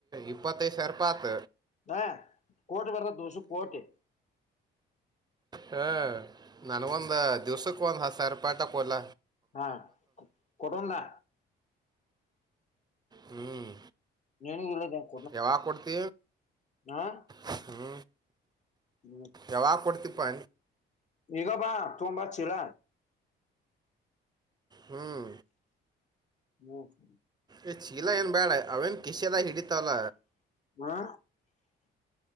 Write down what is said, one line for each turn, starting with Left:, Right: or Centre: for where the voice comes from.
Right: ಇಪ್ಪತ್ತೈದು ಸಾವರ ಪತ
Left: ನ ಕೋಟೆ ಬರ್ತ ದದುಸ ಕೋಟೆ
Right: ಹ ನನ್ಗ
Left: ಹ್ಮ್
Right: ಒಂದ ದಿವ್ಸಕ್ ಒಂದ್ ಸರಿ ಪಾಠಕ್ಲ್ಲ
Left: ಹಾ ಕೊಠದಾ
Right: ಹ್ಮ್
Left: <unintelligible>
Right: ಯಾವಾಗ ಕೊಡ್ತೀ?
Left: ಹಾಂ
Right: ಹ್ಮ್
Left: ಹ್ಮ್
Right: ಯಾವಾಗ ಕೊಡ್ತಿಪ್ಪ?
Left: ಈಗ ಬಾ ತೊಂಬಾ ಚೀಲ.
Right: ಹಾಂ
Left: ಹ
Right: ಏ ಚೀಲ ಏನು ಬ್ಯಾಡ ಅವೇನು ಕಿಸೆದಾಗ ಹಿಡಿತವಲ್ಲ.
Left: ಹಾ